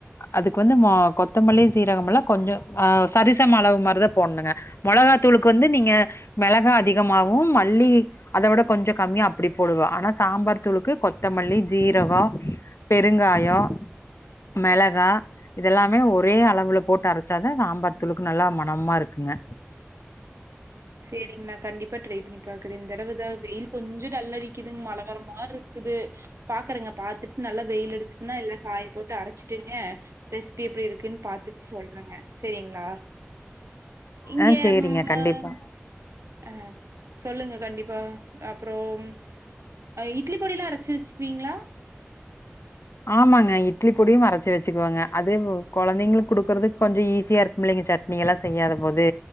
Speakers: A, on the left; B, on the right.
A: அதுக்கு வந்து மா கொத்தமல்லி சீரகம்லா கொஞ்சோ ஆ சரிசம் அளவு மாரிதா போட்ணுங்க மொளகாத்தூளுக்கு வந்து நீங்க மெளகா அதிகமாவு மல்லி அத விட கொஞ்ச கம்மியா அப்டி போடுவா ஆனா சாம்பார் தூளுக்கு கொத்தமல்லி சீரகோ, பெருங்காயோ, மெளகா இதெல்லாமே ஒரே அளவுல போட்டு அரச்சாதா சாம்பார் தூளுக்கு நல்லா மனமா இருக்குங்க
B: செரிங்க நா கண்டிப்பா ட்ரை பண்ணி பாக்குறே இந்த தடவ தா வெயில் கொஞ்சோ டல் அடிக்குதுங் மழ வர மாரிருக் குது பாக்குறேங்க பாத்துட்டு நல்லா வெயில் அடிச்சுதுனா எல்லா காய போட்டு அரச்சிட்டுங்க ரெசிபி எப்டி இருக்குனு பாத்துட் சொல்றேங்க செரிங்ளா இங்கே
A: ஆ சேரிங்க
B: ம் மாம்
A: கண்டிப்பா.
B: அஹ் சொல்லுங்க கண்டிப்பா அப்றோம் இட்லி பொடிலா அரச்சி வச்சுக்குவீங்ளா
A: ஆமாங்க இட்லி பொடியு அரச்சு வச்சுக்குவேங்க அது வு கொழந்தைங்களுக்கு குடுக்குறதுக் கொஞ்சோ ஈஸியா இருக் ம்புள்ளைங்க சட்னி எல்லா செய்யாத போது